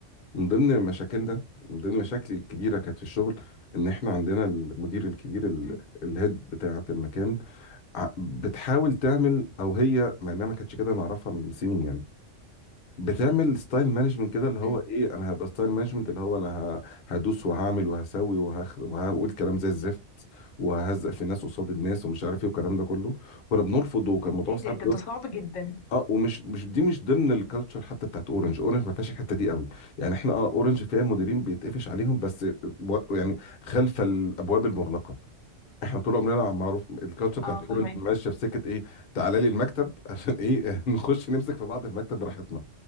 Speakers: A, on the left; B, on the left.
A: من ضمن مشاكلنا من ضمن مشاكلي الكبيره كانت في الشغل ان احنا عندنا المدير الكبير ال-
B: امم
A: الهيد بتاعه المكان ع- بتحاول تعمل او هي مع انها ما كانتش كده نعرفها من سنين يعني بتعمل ستايل مانجمنت كده اللي هو
B: امم
A: ايه انا هبقى ستايل مانجمنت اللي هو انا ه- هدوس وهعمل وهسوي وهخ... وهقول كلام زي الزفت وههزق في الناس قصاد الناس ومش عارف ايه والكلام ده كله كنا بنرفض وكان الموضوع
B: ايه
A: صعب
B: ده ده ده صعب جدا
A: اه ومش مش دي مش ضمن الكالتشر حتى بتاعت اورنج اورنج ما فيهاش الحته دي قوي يعني احنا اه اورنج فيها مديرين بيتقفش عليهم بس و- يعني خلف الابواب المغلقه احنا طول عمرنا عم- معروف الكالتشر بتاعت
B: اه فهمك
A: اورنج ماشيه في سكه ايه تعالى لي المكتب عشان ايه <laughs> نخش نمسك في بعض في المكتب براحتنا